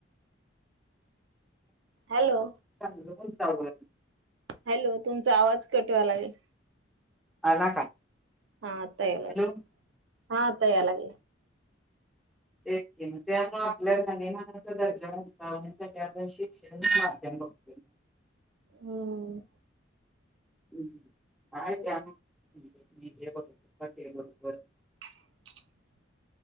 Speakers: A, on the right; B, in the centre.
A: हॅलो
B: ांग
A: हॅलो तुमचा आवाज कटवा लागेल
B: अला काय
A: हा आतायलाग
B: हॅलो
A: हातायलागल
B: तेग त्यामु आपल्यालामानाचा दर्जा चाण्यासाठी आपण शिक्षण माध्यम बत
A: हम्म
B: ह बरो बरोबर
A: <inaudible>